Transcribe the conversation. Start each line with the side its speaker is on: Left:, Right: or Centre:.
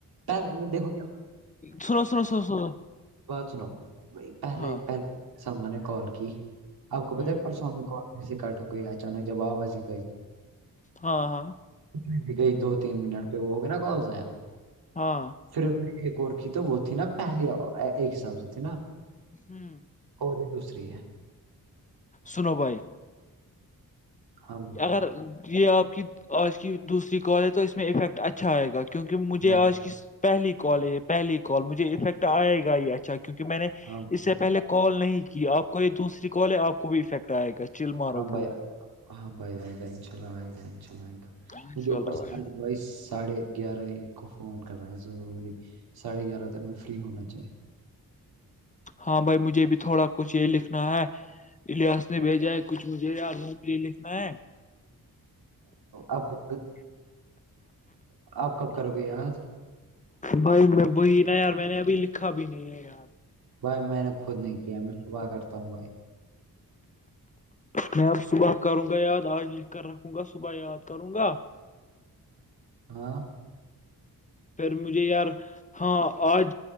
Right: پہلے نہیں دیکھو
Left: سرو سرو سرو سرو
Right: چ ن ب پےل
Left: ہاں
Right: سرما نے کال کی آپ کو پتا
Left: ہوں
Right: پرسوامی کال سے کٹ ہو گئی اچانک جب آواز آئی
Left: ہاں ہاں
Right: ک بھی گئی دو تین منٹ پہ وہ ہو گیا نا کال یا
Left: ہاں
Right: پھر اس میں ایک اور کیھی تو وہ تھی نا پہلی ایک حساب سے تھی نا
Left: ہاں
Right: اوری دوسری ہے
Left: سنو بائے
Right: ہاں
Left: اگر یہ آپ کی آج کی دوسری کال ہے تو اس میں افیکٹ اچھا اچھا آئے گا کیونکہ
Right: بھائی،
Left: مجھے آج کی پہلی کال ہے یہ پہلی کال مجھے افیکٹ آئے گا ہی اچھا کیونکہ میں نے
Right: ہاں
Left: اس سے پہلے کال نہیں کی آپ کو یہ دوسری کال ہے آپ کو بھی افیکٹ آئے گا چل مارو
Right: ہاں
Left: برو
Right: بھائی ہاں بھائی آئے گا ان شاء اللہ آئے گا ان شاءلہ آ گا
Left: انشاء
Right: مجھے اوپر
Left: اللہ
Right: سے
Left: بھائی
Right: آج بائیس ساڑھے گیارہ ایک کو فون کرنا ہے ضروری ساڑھے گیارہ تک میں فری ہونا چاہ
Left: ہاں بھائی مجھے بھی تھوڑا کچھ یہ لکھنا ہے احاس نے بھیجا ہے کچھ مجھے ی وہ مجھے لکھنا ہے
Right: آپ کو آپ کب کرو گے یاد
Left: بھائی میں وہی نا یار میں نے ابھی لکھا بھی نہیں ہے یار
Right: بھائی میں نے خود نہیں کیا میں صبح کرتا ہوں بھائی
Left: میں اب صبح کروں گا یاد آج لکھ کر رکھوں گا صبح یاد کروں گا
Right: ہاں
Left: پھر مجھے یار ہاں آج